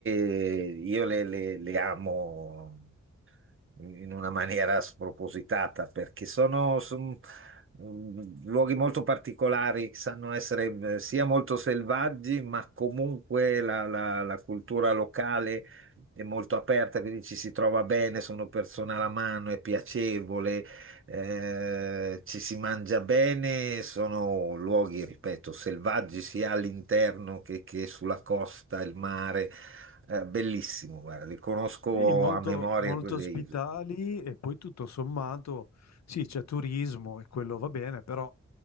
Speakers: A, on the right; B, on the left.
A: io le, le- le amo, in una maniera spropositata, perché sono, son, mm, luoghi molto particolari, che sanno essere eh, sia molto selvaggi, ma comunque la, la- la cultura locale è molto aperta, quindi ci si trova bene, sono persone alla mano, è piacevole, eh, ci si mangia bene, sono luoghi, ripeto, selvaggi sia all'interno che, che sulla costa, il mare. Eh, bellissimo, guarda, li conosco
B: Sì, molto,
A: a memoria
B: molto
A: quelle
B: ospitali
A: isole.
B: e poi tutto sommato, sì, c'è turismo e quello va bene, però